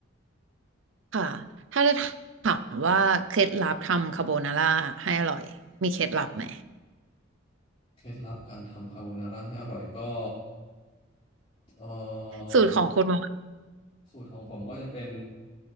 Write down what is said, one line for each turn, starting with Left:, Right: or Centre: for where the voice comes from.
Right: ค่ะถ้าจะถามว่าเคล็ดลับทำคาโบนาร่าให้อร่อยมีเคล็ดลับไหม
Left: เคล็ดลับการทำคาโบนาร่าให้อร่อยก็เอ่อ
Right: สูตรของคุณหมอ
Left: สูตรของผมก็จะเป็น